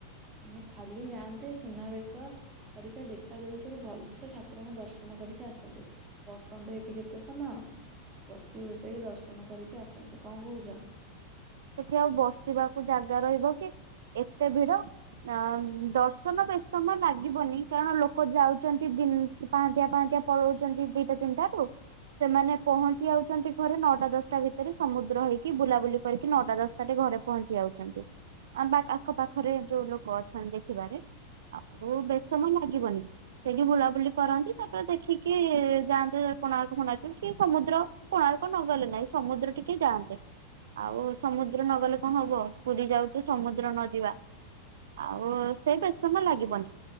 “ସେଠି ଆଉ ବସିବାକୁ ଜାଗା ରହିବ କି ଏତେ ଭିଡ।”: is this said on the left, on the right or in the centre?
Right